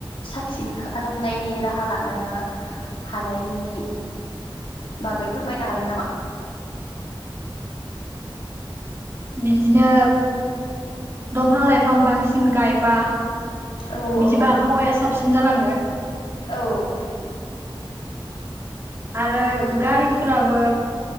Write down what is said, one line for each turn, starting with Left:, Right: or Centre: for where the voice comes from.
Left: साबसिन खालामनायनि राहा लानो हानायनि बाागै फोरमायनो हागोन नामा
Right: बिदिनो दंफां लाइफां बांसिन गायबा
Left: औ औ
Right: बिदिबा आबहावाया साबसिन जालाङो
Left: औ
Right: आरो गारिफोराबो